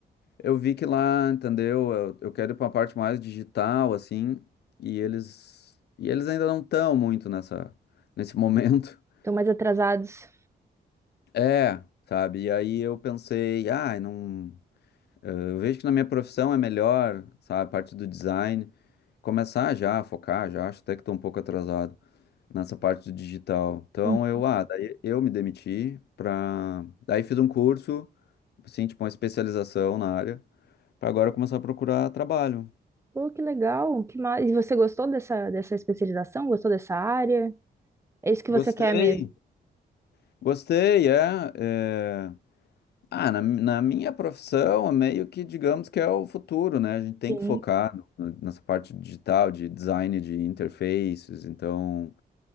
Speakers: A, on the left; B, on the right.
A: Eu vi que lá, entendeu? Eu, eu quero ir para uma parte mais digital, assim, e eles e eles ainda não estão muito nessa nesse momento. <laughs>
B: Estão mais atrasados.
A: É, sabe? E aí eu pensei, ah, não, eh, eu vejo que na minha profissão é melhor, sabe, a parte do design, começar já a focar, já acho até que estou um pouco atrasado nessa parte do digital. Então
B: Hum.
A: eu, ah, daí eu me demiti para, daí fiz um curso, assim, tipo uma especialização na área, para agora começar a procurar trabalho.
B: Pô, que legal. Que ma... E você gostou dessa, dessa especialização? Gostou dessa área? É isso que
A: Gostei,
B: você quer mesmo?
A: Gostei, é. é- Ah, na, na minha profissão, é meio que digamos que é o futuro, né? A gente tem
B: Sim.
A: que focar no- no- nessa parte digital, de design de interfaces, então.